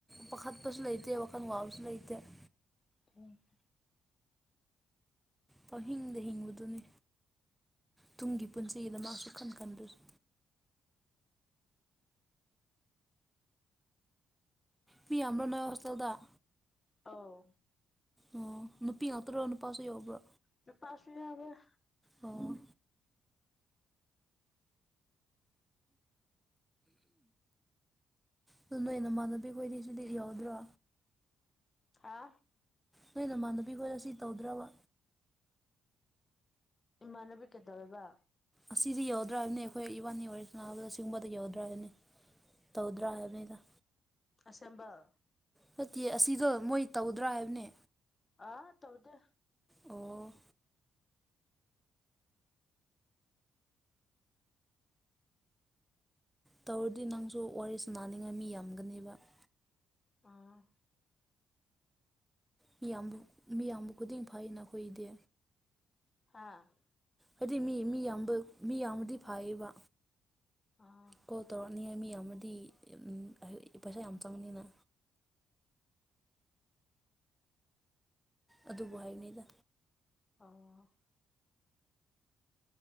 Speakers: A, in the centre; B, on the left (about 30°).
A: ꯄꯥꯈꯠꯄꯁꯨ ꯂꯩꯇꯦ ꯋꯥꯈꯜ ꯋꯥꯕꯁꯨ ꯂꯩꯇꯦ ꯫
B: <unintelligible>
A: ꯄꯪꯍꯤꯡꯗ ꯍꯤꯡꯕꯗꯨꯅꯤ ꯇꯨꯡꯒꯤ ꯄꯨꯟꯁꯤꯗ ꯃꯥ ꯁꯨꯡꯈꯟ ꯈꯟꯗ꯭ꯔꯁ ꯃꯤ ꯌꯥꯝꯕ꯭ꯔꯣ ꯅꯣꯏ ꯍꯣꯁꯇꯦꯜꯗ‌ꯣ
B: ꯑꯥꯎ
A: ꯑꯣ ꯅꯨꯄꯤ ꯉꯥꯛꯇꯔꯣ ꯅꯨꯄꯥꯁꯨ ꯌꯥꯎꯕ꯭ꯔꯣ
B: ꯅꯨꯄꯥꯁꯨ ꯌꯥꯎꯋ‌ꯦ
A: ꯑꯣ ꯑꯗꯨ ꯅꯣꯏ ꯅꯃꯥꯟꯅꯕꯤ ꯈꯣꯏꯗꯤ ꯁꯤꯗꯤ ꯌꯥꯎꯗ꯭ꯔꯣ
B: ꯍꯥ
A: ꯅꯣꯏ ꯅꯃꯥꯟꯅꯕꯤ ꯈꯣꯏ ꯉꯁꯤ ꯇꯧꯗ꯭ꯔꯕ
B: ꯏꯃꯥꯟꯅꯕꯤ ꯀꯩꯗꯧꯋꯦꯕ
A: ꯑꯁꯤꯗꯤ ꯌꯧꯗ꯭ꯔꯕꯅꯤ ꯑꯩꯈꯣꯏ ꯏꯕꯥꯅꯤ ꯑꯣꯏꯔꯁꯤꯅꯅꯥꯕꯗ ꯁꯤꯒꯨꯝꯕꯗ ꯌꯧꯗ꯭ꯔꯥ ꯍꯥꯏꯕꯅꯤ ꯇꯧꯗꯔꯥ ꯍꯥꯏꯕꯥꯅꯤꯗ
B: ꯑꯁꯦꯝꯕꯜ
A: ꯅꯠꯇꯦ ꯑꯁꯤꯗꯣ ꯃꯣꯏ ꯇꯧꯗ꯭ꯔꯥ ꯍꯥꯏꯕꯅꯦ
B: ꯑ ꯇꯧꯗꯦ
A: ꯑꯣ ꯇꯧꯔꯗꯤ ꯅꯪꯁꯨ ꯋꯥꯔꯤꯁꯨ ꯁꯥꯅꯅꯤꯡꯉꯥꯏ ꯃꯤ ꯌꯥꯝꯒꯅꯦꯕ ꯫
B: ꯑꯥ
A: ꯃꯤꯌꯥꯝꯕꯨ ꯃꯤꯌꯥꯝꯕꯨ ꯈꯨꯗꯤꯡ ꯐꯩꯩ ꯅꯈꯣꯏꯗꯤ
B: ꯍꯥꯥ
A: ꯍꯥꯏꯗꯤ ꯃꯤ ꯃꯤ ꯌꯥꯝꯕ ꯃꯤ ꯌꯥꯝꯃꯗꯤ ꯐꯥꯏꯌꯦꯕ
B: ꯑꯥ
A: ꯀꯣꯜ ꯇꯧꯔꯛꯅꯤꯉꯥꯏ ꯃꯤ ꯌꯥꯝꯃꯗꯤ ꯎꯝ ꯑ ꯄꯩꯁꯥ ꯌꯥꯝ ꯆꯪꯅꯤꯅ ꯑꯗꯨꯕꯨ ꯍꯥꯏꯕꯅꯤꯗ
B: ꯑꯣ